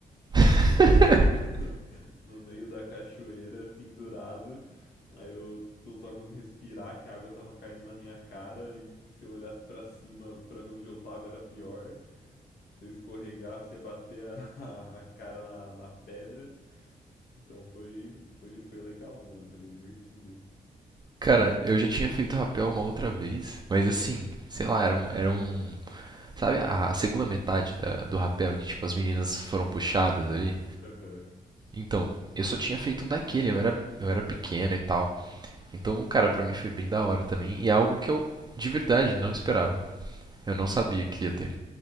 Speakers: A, on the right; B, on the left.
A: <laughs>
B: Quando eu tava no, <laughs> no meio da cachoeira, pendurado, aí eu não tava conseguindo respirar, que a água tava caindo na minha cara, e se eu olhasse pra cima pra ver onde eu tava era pior. Se eu escorregasse, ia bater a, <laughs> a cara na, na pedra. Então foi, foi, foi legal, mano, foi bem divertido.
A: Cara, eu já tinha feito rapel uma outra vez, mas assim, sei lá, era um, era um, sabe a, a segunda metade da- do rapel que tipo as meninas foram puxadas ali?
B: Aham.
A: Então, eu só tinha feito um daquele, eu era, eu era pequeno e tal. Então, cara, pra mim foi bem da hora também e é algo que eu de verdade não esperava. Eu não sabia que ia ter.